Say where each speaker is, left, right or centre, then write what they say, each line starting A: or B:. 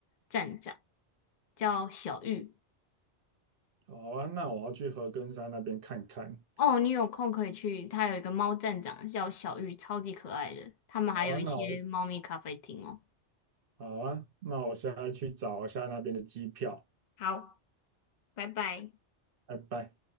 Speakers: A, on the left (about 50°); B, on the right (about 60°).
A: 站长叫小玉，
B: 好啊，那我要去和根山那边看看。
A: 哦，你有空可以去，它有一个猫站长叫小玉，超级可爱的。他们还有一些猫咪咖啡厅哦。
B: 好啊，那我好啊，那我现在去找一下那边的机票。
A: 好，拜拜。
B: 拜拜。